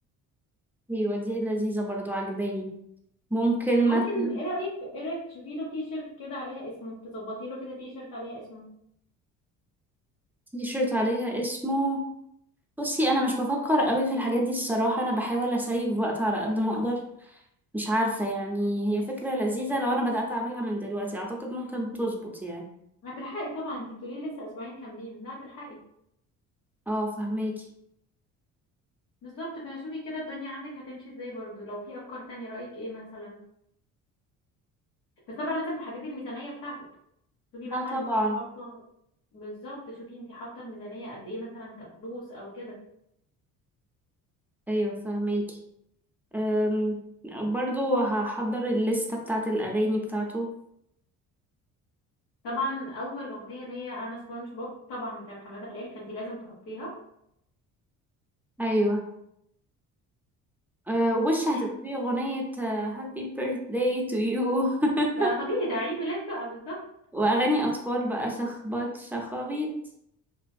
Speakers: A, in the centre; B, on the left.
A: ايوه دي لذيذة برضو عجباني ممكن
B: ممكن
A: مثلا
B: ايه رأيك ايه رأيك تشوفي له تي شيرت كده عليها اسمه تظبطي له كده تي شيرت عليها اسمه
A: تي شيرت عليها اسمه بصي انا مش بفكر قوي في الحاجات دي الصراحة انا بحاول اسيب وقت على قد ما اقدر مش عارفة يعني هي فكرة لذيذة لو أنا بدأت أعملها من دلوقتي أعتقد ممكن تظبط يعني
B: هتلحقي طبعا انت بتقولي لي لسه اسبوعين كاملين لا هتلحقي
A: اه فهميكي
B: بالظبط فشوفي كده الدنيا عندك هتمشي ازاي برضو لو في افكار تانية رأيك ايه مثلا بس طبعا لازم تحددي الميزانية بتاعتك شوفي مثلا
A: اه طبعا
B: انت حاطه بالظبط شوفي انت حاطه الميزانيه قد ايه مثلا كفلوس او كده
A: أيوه فهميكي أم، برضو هحضر الليستة بتاعة الأغاني بتاعته
B: طبعا اول اغنيه اللي هي انا سبونج بوب طبعا بتاعت حماده هلال فانت لازم تحطيها
A: أيوه أه وش
B: شوفي
A: هتبقى
B: يعني
A: فيه أغنية هابي birthday to you <laughs>
B: ده طبيعي ده عيد ميلاد بقى بالظبط
A: وأغاني أطفال بقى شخبط شخابيط